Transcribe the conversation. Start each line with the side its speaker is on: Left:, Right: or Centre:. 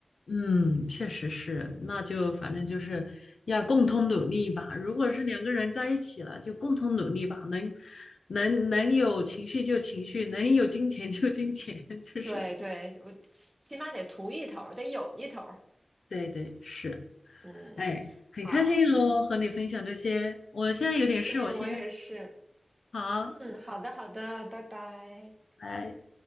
Left: 嗯，确实是，那就反正就是要共同努力吧。如果是两个人在一起了，就共同努力吧，能能能有情绪就情绪，能有金钱就金钱，<laughs> 就是
Right: 对对，我起起码得图一头儿得有一头儿
Left: 对对是，
Right: 嗯，
Left: 哎，很开心哦，
Right: 好，
Left: 和你分享这些。我现在有点事，
Right: 是我也是。
Left: 我先好，
Right: 嗯，好的好的，拜拜。
Left: 拜。